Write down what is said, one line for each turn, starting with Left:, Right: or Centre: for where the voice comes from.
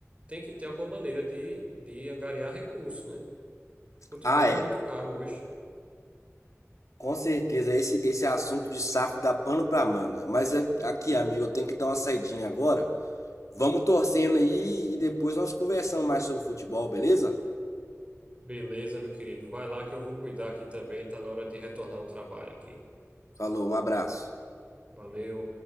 Right: tem que ter alguma maneira de, de angariar recursos, né? Futebol
Left: Ah, é.
Right: é muito caro hoje.
Left: Com certeza, esse, esse assunto de SAF dá pano pra manga. Mas a- aqui, amigo, eu tenho que dar uma saidinha agora. Vamos torcendo aí e depois nós conversamos mais sobre futebol, beleza?
Right: Beleza, meu querido. Vai lá que eu vou cuidar aqui também. Tá na hora de retornar ao trabalho aqui.
Left: Falou, um abraço.
Right: Valeu.